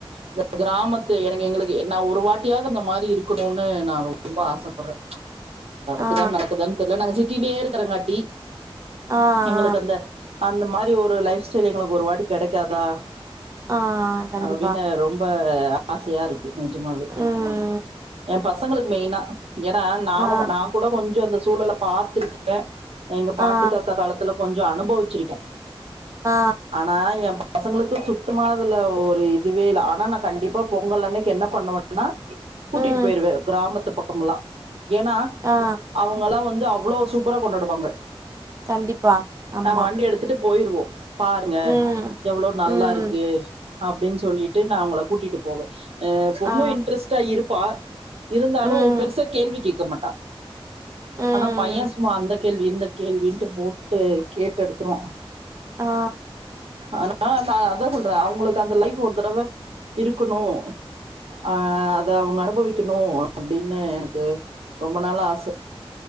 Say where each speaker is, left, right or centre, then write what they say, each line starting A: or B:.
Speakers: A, on the right; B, on the right.
A: இந்த கிராமத்து எனக்கு எங்களுக்கு நா ஒரு வாட்டியாது அந்த மாரி இருக்கணுனு நா ரொம்ப ஆசப்பற்ரே
B: ஆ
A: எப்பதா நடக்குதுன் தெர்ல நாங்க சிட்டிலே இருக்றங்காட்டி
B: ஆ
A: எங்குளுக்கு அந்த அந்த மாரி ஒரு லைஃப் ஸ்டைல் எங்குளுக்கு ஒரு வாட்டி கெடைக்காதா
B: ஆ ஆ கண்டிப்பா
A: அப்டினு ரொம்ப அ ஆசையா இருக்கு நெஜமாவே
B: ம்
A: ஏ பசங்களுக்கு மெயினா ஏனா நாம
B: ஆ
A: நா கூட கொஞ்சோ அந்த சூழல பாத்திருக்கே எங்க பாட்டி
B: ஆ
A: தாத்தா காலத்துல கொஞ்சோ அனுபவிச்சிருக்கே
B: ஆ
A: ஆனா எம் பசங்களுக்கு சுத்தமா அதுல ஒரு இதுவே இல்ல ஆனா நா கண்டிப்பா பொங்கல் அன்னைக்கு என்ன பண்ணுவே னா கூட்டிட்
B: ம்
A: போயிருவே கிராமத்து பக்கம்லா ஏனா
B: ஆ
A: அவுங்கலா வந்து அவ்ளோ சூப்பரா கொண்டாடுவாங்க
B: கண்டிப்பா ஆமா
A: நாங்க வண்டி எடுத்துட்டு போயிருவோ பாருங்க
B: ம்
A: எவ்ளோ நல்லாருக்கு
B: ம்
A: அப்டின் சொல்லிட்டு நா அவங்கள கூட்டிட்டு போவே அ பொண்ணு
B: ஆ
A: இன்ட்ரெஸ்ட்டா இருப்பா இருந்தாலு
B: ம்
A: பெர்சா கேள்வி கேக்க மாட்டா
B: ம்
A: ஆனா பையே சும்மா அந்த கேள்வி இந்த கேள்வின்ட்டு போட்டு கேட்டு எடுத்துருவா
B: ஆ
A: ஆனா ஆ நா அதா சொல்றே அவுங்குளுக்கு அந்த லைஃப் ஒரு தரவ இருக்குணு ஆ அத அவங்க அனுபவிக்கணு அப்டின்னு எனக்கு ரொம்ப நாளா ஆச